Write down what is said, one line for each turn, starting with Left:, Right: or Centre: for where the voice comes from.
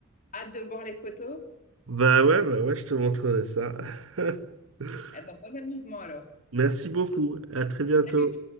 Left: Hâte de voir les photos.
Right: Bah ouais, bah ouais, je te montrerai ça. <laughs>
Left: Eh ben, bon amusement alors.
Right: Merci beaucoup. À très bientôt.
Left: Salut!